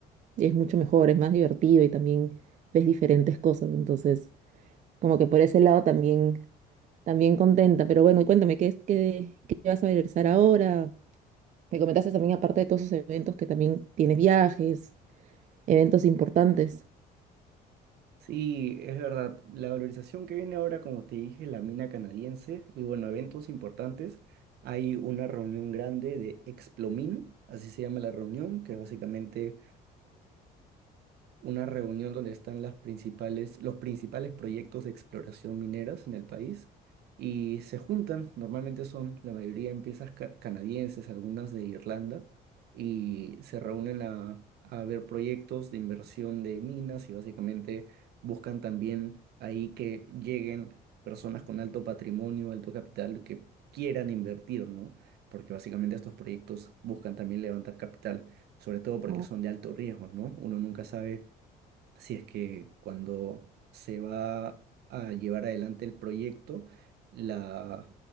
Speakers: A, on the right (about 45°); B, on the right (about 75°).
A: es mucho mejor, es más divertido y también ves diferentes cosas, entonces como que por ese lado también, también contenta, pero bueno, cuéntame, ¿qué es qué, qué vas a realizar ahora? Me comentaste también, aparte de todos esos eventos, que también tienes viajes, eventos importantes.
B: Sí, es verdad. La valorización que viene ahora, como te dije, la mina canadiense y bueno, eventos importantes. Hay una reunión grande de Explomin, así se llama la reunión, que es básicamente una reunión donde están las principales, los principales proyectos de exploración mineras en el país y se juntan, normalmente son la mayoría empresas ca- canadienses, algunas de Irlanda, y se reúnen a, a ver proyectos de inversión de minas y básicamente buscan también ahí que lleguen personas con alto patrimonio, alto capital que quieran invertir, ¿no? Porque básicamente estos proyectos buscan también levantar capital, sobre todo porque
A: Wao.
B: son de alto riesgo, ¿no? Uno nunca sabe si es que cuando se va a llevar adelante el proyecto, la,